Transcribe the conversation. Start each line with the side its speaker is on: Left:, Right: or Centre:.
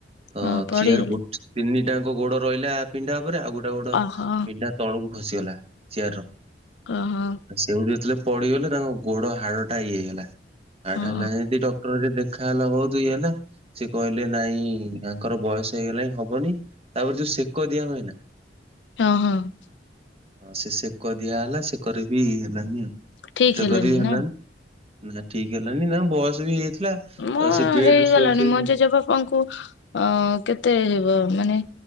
Right: ତ
Left: ହଁ ପଡିଗଲି
Right: ଚେୟାରକୁ ଗୋଟେ ତିନି ଟା ଯାକ ଗୋଡ ରହିଲା ପିଣ୍ଢା ଉପରେ ଆଉ ଗୋଟେ ଗୋଡ
Left: ଓହୋ
Right: ପିଣ୍ଢା ତଳକୁ ଖସିଗଲା ଚେୟାରର।
Left: ଓହୋ
Right: ସେଉଠି ଯେତେବେଳେ ପଡିଗଲେ ତାଙ୍କ ଗୋଡ ହାଡ଼ ଟା ଇଏ ହେଇଗଲା ହାଡ଼
Left: ହଁ
Right: ଟା ହେଲାଯେମିତି ଡ଼କ୍ <unintelligible> ଦେଖାହେଲା ବହୁତ ଇଏ ହେଲେ। ସେ କହିଲେ ନାଇଁ ତାଙ୍କର ବୟସ ହେଇଗଲାଣି ହବନି ତାପରେ ଯୋଉ ସେକ ଦିଆ ହୁଏ ନା।
Left: ହଁ -ହଁ-
Right: ହଁ ସେ ସେକ ଦିଆ ହେଲା ସେକରେ ବିି ହେଲାନି ଆଉ
Left: ଠିକ
Right: ସେକରେ ବି ହେଲାନି।
Left: ନା
Right: ନା ଠିକ ହେଲାନି ନା ବୟସ ବି ହେଇଯାଇଥିଲା।
Left: ମୁଁ
Right: ତ ସେ ବେଡ୍
Left: ହେଇଗଲାଣି
Right: ରେ ଶୋଇ ଶୋଇ
Left: ମୋ ଜେଜେଙ୍କ- - ଆପଣଙ୍କୁ ଅ କେତେ ମାନେ